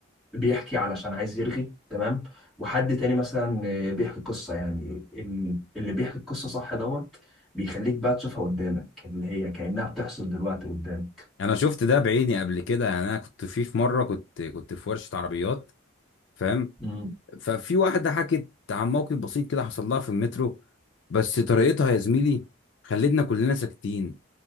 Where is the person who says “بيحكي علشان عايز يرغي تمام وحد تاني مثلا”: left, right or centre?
Centre